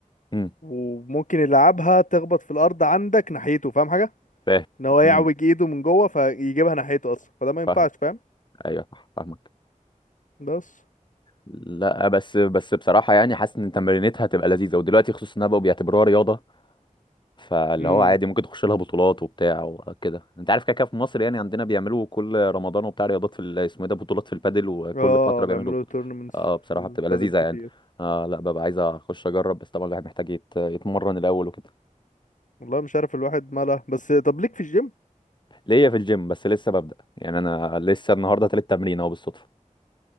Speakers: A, on the left; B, on the left.
A: امم
B: وممكن يلعبها تخبط في الارض عندك ناحيته فاهم حاجه
A: فاهم
B: ان هو يعوج
A: امم
B: ايده من جوه فيجيبها ناحيته اصلا فده ما ينفعش
A: فاهمك
B: فاهم
A: ايوه صح فاهمك
B: بس
A: لا بس بس بصراحة يعني حاسس ان تمرينتها هتبقى لذيذة ودلوقتي خصوصا انها بقوا بيعتبروها رياضة فاللي
B: امم
A: هو عادي ممكن تخش لها بطولات وبتاع وكده انت عارف كده كده في مصر يعني عندنا بيعملوا كل رمضان وبتاع رياضات في ال- اسمه ايه ده بطولات في البادل وكل
B: اه
A: فتره
B: بيعملوا
A: بيعملوا بطولة
B: تورنمنتس
A: اه بصراحه
B: في البادل
A: بتبقى لذيذه يعني
B: كتير
A: آه لا ببقى عايز اخش اجرب بس طبعا الواحد محتاج يت... يتمرن الاول وكده
B: والله مش عارف الواحد ماله بس طب ليك في الجيم
A: ليا في الجيم بس لسه ببدأ يعني انا لسه النهارده تالت تمرين اهو بالصدفه